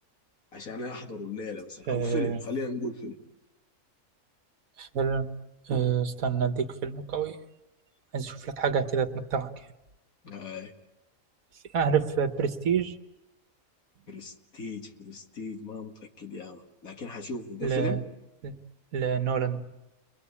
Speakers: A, on the left (about 85°); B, on the right (about 80°).
A: عشان احضره الليلة
B: <coughs>
A: مثلا
B: آه،
A: او فيلم خلينا نقول فيلم
B: فيلم آه، استنى اديك فيلم قوي عايز اشوف لك حاجه كده تمتعك يعني
A: آه
B: في- اعرف برستيج
A: برستيج برستيج ما متأكد يا مان لكن هشوفه ده
B: ل...
A: فيلم
B: ل- لنولان